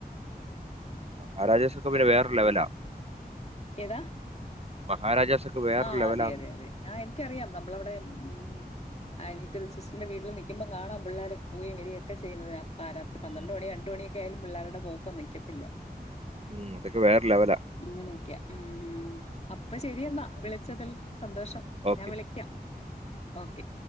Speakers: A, on the right; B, on the left.
A: മഹാരാജാസൊക്കെ പിന്നെ വേറെ ലെവലാ
B: ഏതാ
A: മഹാരാജാസ് ഒക്കെ വേറെ
B: ആഹ്
A: ലെവലാന്ന്
B: അതെ അതെ അതെ ആ എനിക്കറിയാം നമ്മളവിടെ മ് ആ അനീത്തീടെ സിസ്റ്ററിന്റെ വീട്ടിൽ നിക്കുമ്പോ കാണാം പിള്ളാരൊക്കെ പോയിവരികയും ഒക്കെ ചെയ്യുന്നത് പാരാത്രി പന്ത്രണ്ട്
A: ഉം,
B: മണി രണ്ട് മണി ഏലും പിള്ളാരുടെ പോക്ക് നിക്കത്തില്ല
A: ഉം, അതൊക്കെ വേറെ ലെവലാ
B: ഇങ്ങനെക്കെയേ ഉം ഉം അപ്പൊ ശരിയെന്നാ വിളി ച്ചതിൽ സന്തോഷം
A: ഓക്കെ
B: ഞാൻ വിളിക്കാം ഓക്കെ